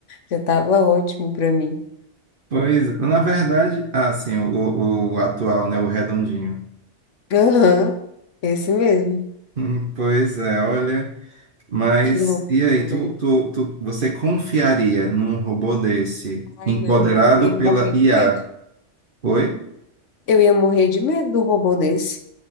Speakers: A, on the left; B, on the right.
A: já tava ótimo para mim.
B: Pois, na verdade, ah, sim, o, o atual, né, o redondinho.
A: Aham, esse mesmo.
B: Hum, Pois é, olha, mas
A: Que loucura,
B: e aí, tu,
A: né?
B: tu, tu, você confiaria num robô desse,
A: Ai,
B: empoderado
A: não, eu ia
B: pela
A: morrer
B: IA?
A: de medo.
B: Oi?
A: Eu ia morrer de medo do robô desse.